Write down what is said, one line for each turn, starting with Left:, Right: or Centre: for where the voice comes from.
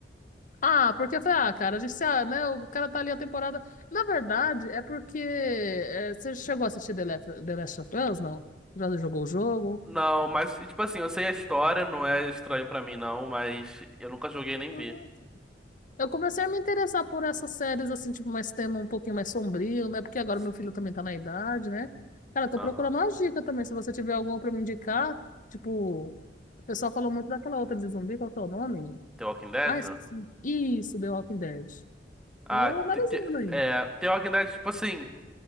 Left: Ah, porque eu falei, ah, cara, a gente, ah, né? O cara tá ali a temporada. Na verdade, é porque. é, você chegou a assistir The Last, The Last of Us, não? Já jogou o jogo?
Centre: Não, mas, tipo assim, eu sei a história, não é estranho pra mim, não, mas eu nunca joguei nem
Left: Não.
Centre: vi.
Left: Eu comecei a me interessar por essas séries, assim, tipo, mais tema um pouquinho mais sombrio, né? Porque agora
Centre: Sim.
Left: meu filho também tá na idade, né? Cara, eu tô
Centre: Aham.
Left: procurando uma dica também. Se você tiver alguma pra me indicar, tipo, o pessoal falou muito daquela outra de zumbi, qual que é o nome?
Centre: The Walking Dead?
Left: Ah, esqueci. Isso, The Walking Dead.
Centre: Ah,
Left: Tô analisando
Centre: te- te-
Left: aí.
Centre: é, The Walking Dead, tipo assim,